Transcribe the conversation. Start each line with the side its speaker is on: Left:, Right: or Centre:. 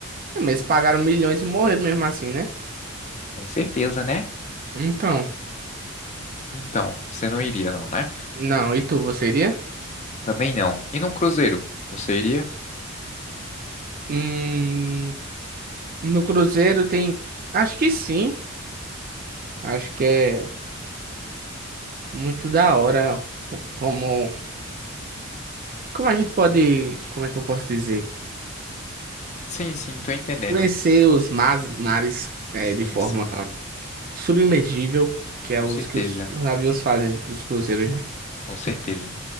Right: É, Mas eles pagaram milhões e morreram mesmo assim, né?
Left: Com certeza, né?
Right: Então,
Left: Então, você não iria, não, né?
Right: não, e tu, você iria?
Left: Também não. E num cruzeiro, você iria?
Right: Hum, no Cruzeiro tem. Acho que sim. Acho que é muito da hora como. Como a gente pode. Como é que eu posso dizer?
Left: Sim, sim, tô entendendo.
Right: Conhecer os mas- mares é,
Left: Sim,
Right: de forma
Left: sim,
Right: submergível, que é
Left: com
Right: os
Left: certeza,
Right: que os navios fazem dos cruzeiros, né?
Left: com certeza.